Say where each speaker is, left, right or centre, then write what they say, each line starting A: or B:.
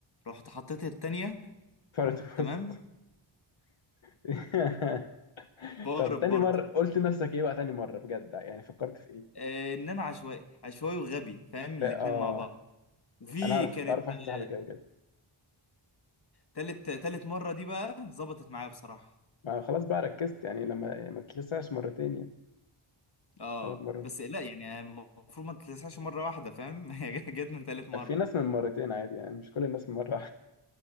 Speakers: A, on the left; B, on the left.
A: رحت حطيت التانية
B: فرد
A: تمام
B: وسط <laughs>
A: فارت
B: طب تاني
A: برضه
B: مره قلت لنفسك ايه بقى تاني مره بجد يعني فكرت في ايه
A: آه، إن أنا عشوائي عشوائي وغبي فاهم
B: ف-
A: الاتنين
B: اه
A: مع بعض وفي
B: انا اعرف
A: كانت
B: اعرف واحد صاحبي
A: آه،
B: كده بجد
A: تالت تالت مرة دي بقى ظبطت معايا بصراحة
B: ما خلاص بقى ركزت يعني لما يعني ما تلسعش مرتين يعني
A: اه
B: ثلاث مرات
A: بس لا يعني المفروض ما تتلسعش مره واحده فاهم <laughs> هي جت من تالت مره
B: في ناس من مرتين عادي يعني مش كل الناس من مره